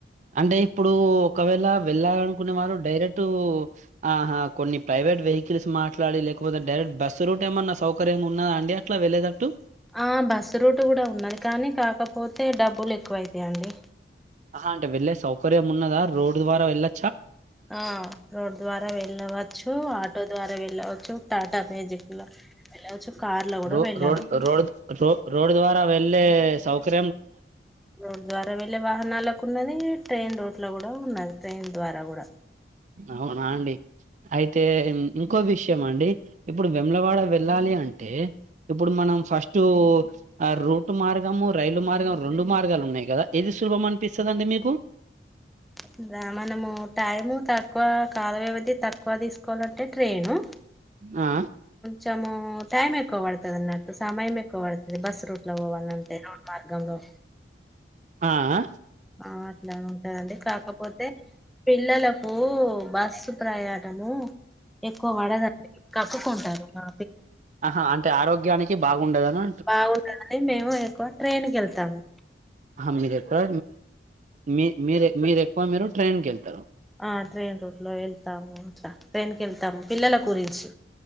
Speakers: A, on the right; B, in the centre.
A: అంటే ఇప్పుడు ఒకవేళ వెళ్ళాలనుకునే వారు డైరెక్టు ఆహ కొన్ని ప్రై ప్రైవేట్ వెహికల్స్ మాట్లాడి లేకపోతే డైరెక్ట్ బస్సు రూట్ ఏమన్నా సౌకర్యంగా ఉన్నద అండీ అట్ల వెలేటట్టు
B: ఆ బస్సు రూట్ కూడా ఉన్నది కానీ కాకపోతే డబ్బులు ఎక్కువవుతయండి
A: ఆహ అంటే వెళ్లేే సౌకర్యం ఉన్నదా రోడ్ ద్వారా వెళ్లే
B: ఆ రోడ్ ద్వారా వెళ్ళవచ్చు ఆటో ద్వారా వెళ్ళవచ్చు టాటా మ్యాజిక్ లో వెళ్ళవచ్చు కార్ ల కూడా
A: రో
B: వెళ్ళవచ్చు
A: రోడ్ రోడ్ రో రోడ్ ద్వారా వెళ్లేే సౌకర్
B: రోడ్డు ద్వారా వెళ్ళే వాహనాలకు ఉన్నది ఈ ట్రైన్ రూట్ ల కూడా ఉన్నది ట్రైన్ ద్వారా కూడా
A: అవునా అండి అయితే ఇంకో విషయం అండి ఇప్పుడు వేములవాడ వెళ్ళాలి అంటే ఇప్పుడు మనం ఫస్ట్ ఆ రూట్ మార్గము రైలు మార్గం రెండు మార్గాలు ఉన్నాయి కదా ఇది సులభం అనిపిస్తదండి మీకు
B: అండీ దా మనము టైము తక్కువ కాల వ్యవధి తక్కువ తీసుకోవాలంటే ట్రైను
A: ఆ
B: చము టైమ్ ఎక్కువబడతదన్నట్టు సమయం ఎక్కువబడ్ అది బస్ రూట్ లో పోవాలంటే రోడ్ మార్గంలో
A: ఆ ఆ
B: ఆ అట్లా ఉంటదండి కాకపోతే పిల్లలకు బస్సు ప్రయాణము ఎక్కువ వడదండి కక్కుకుంటరు నా
A: ఆహా అంటే ఆరోగ్యానికి బాగుండదనా
B: బాగుండదని మేము ఎక్కువ ట్రైన్ కెళ్తాము
A: హా మీరెక్కువ మీ మీరే మీరు ఎక్కువ మీరు ట్రైన్కి వెళ్తారు
B: ఆ ట్రైన్ రూట్ లో వెళ్తాము అట్ల ట్రైన్కి వెళ్తాము పిల్లల గురించి